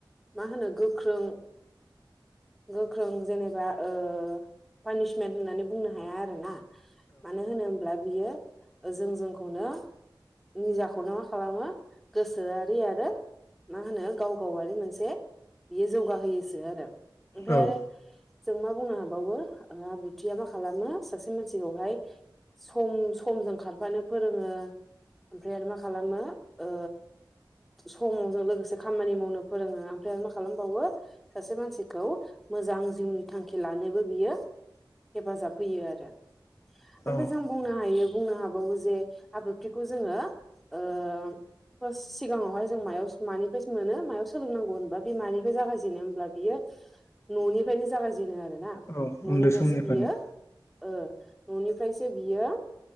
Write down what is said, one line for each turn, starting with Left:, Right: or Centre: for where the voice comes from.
Centre: मा होनो गोख्रों गोख्रों जेनेबा ओ पानिसमेन्ट होननानै बुंनो हाया आरो ना। मानो होनब्ला बियो जों जोंखौनो निजाखौनो मा खालामो गोसोआरि आरो मा होनो गाव गावारि मोनसे बियो जौगाहोयोसो आरो। ओमफ्राय
Left: औ
Centre: आरो
Left: औ
Centre: जों मा बुंनो हाबावो आब्रुथिया मा खालामो सासे मानसिखौहाय सम-समजों खारफानो फोरोङो, ओमफ्राय आरो मा खालामो ओ सम'जों लोगोसे खामानि मावनो फोरोङो ओमफ्राय आरो मा खालामबावो सासे मानसिखौ मोजां जिउनि थांखि ला नोबो बियो हेफाजाब होयो आरो। ओमफाय
Left: औ
Centre: जों बुंनो हायो बुंनो हाबावो जे आब्रुथिखौ जोङो ओ फार्स्ट सिगाङावहाय जों मायाव मानि प्राइस मोनो मायाव सोलोंनांगौ होनबा बेमानिखौ जागायजेनो होनब्ला बियो न'निफ्रायनो जागायजेनो आरो ना
Left: औ
Centre: न'निफ्रायसो
Left: उन्दै समनिफ्रायनो
Centre: बियो ओ न'निफ्रायसो बियो